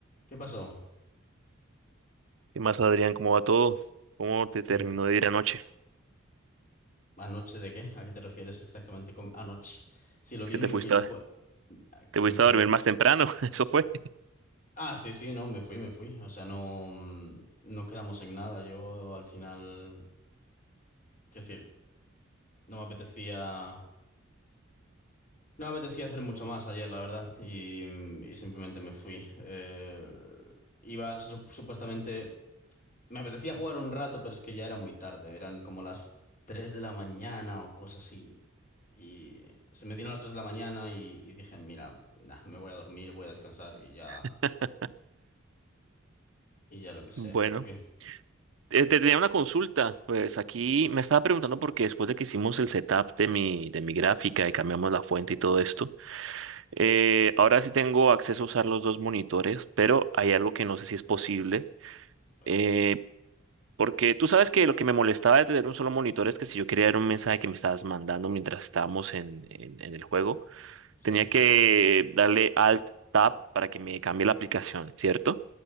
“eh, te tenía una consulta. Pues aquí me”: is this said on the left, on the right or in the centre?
Right